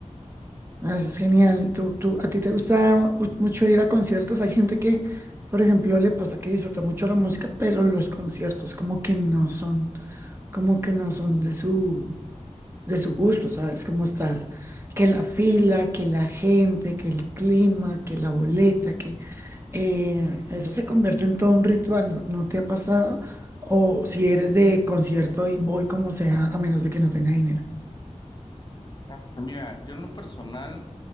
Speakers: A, on the right; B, on the left.
A: Ah, Eso es genial. ¿Tú, tú, a ti te gusta u- mucho ir a conciertos? Hay gente que, por ejemplo, le pasa que disfruta mucho la música, pero los conciertos como que no son, como que no son de su, de su gusto, ¿sabes? Como estar, que la fila, que la gente, que el clima, que la boleta, que eh, eso se convierte en todo un ritual. ¿No, no te ha pasado? O si eres de concierto y voy como sea, a menos de que no tenga dinero.
B: Ah, Mira, yo en lo personal,